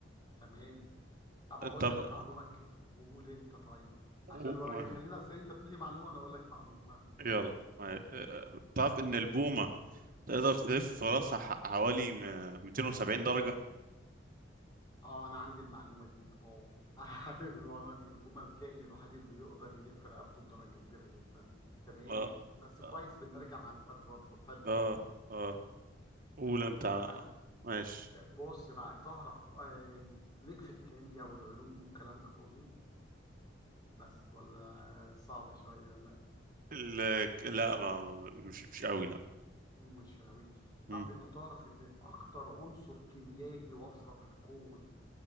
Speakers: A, on the left; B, on the right.
A: تمام طب اقول
B: طب
A: لك
B: آه،
A: معلومة ك- قول انت طيب عشان
B: و-
A: بقى
B: و-
A: خلينا أصل انت تقول لي معلومة وانا اقول لك معلومة
B: يلا آه، آه، تعرف ان البومه تقدر تلف راسها ح- حوالي م- 270 درجه
A: اه انا عندي المعلومة دي اه <laughs> عارف المعلومة دي البومة الكائن الوحيد اللي يقدر يلف رقبته بدرجة كبيرة جدا تمام
B: اه
A: بس كويس
B: اه
A: بنرجع معلومات برضه حلو
B: اه آه. قول
A: تمام
B: انت آه،
A: أ-
B: ماشي
A: بص بقى تعرف آم، ليك في الكيمياء والعلوم والكلام ده كله بس ولا صعب شوية لا
B: ال- لا ما ما- مش مش قوي لا
A: مش قوي
B: مم.
A: طب انت تعرف ان اكتر عنصر كيميائي وفرة في الكون